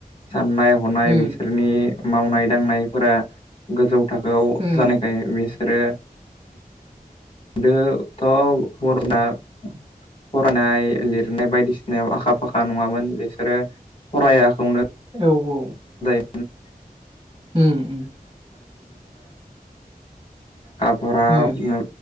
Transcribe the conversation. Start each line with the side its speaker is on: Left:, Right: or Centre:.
Left: साननाय हनाय
Right: उम
Left: बिसोरनि मावनाय दांनायफोरा गोजौ थाखोआव
Right: उम
Left: जानायखाय बिसोरो गोदोथ' बर'ना फरायनाय लिरनाय बायदिसिनायाव आखा फाखा नङामोन बिसोरो फरायाखौनो
Right: औ औ
Left: <unintelligible> खा
Right: उम उम
Left: फरा
Right: उम
Left: उ